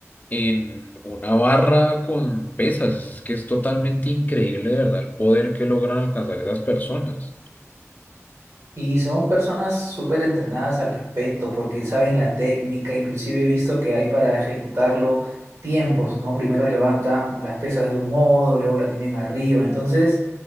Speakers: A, on the left; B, on the right.
A: en una barra con pesas. Es que es totalmente increíble, de verdad, el poder que logran alcanzar esas personas.
B: Y son personas súper entrenadas al respecto porque saben la técnica, inclusive he visto que hay para ejecutarlo tiempos, ¿no? Primero levantan las pesas de un modo, luego la tienen arriba, entonces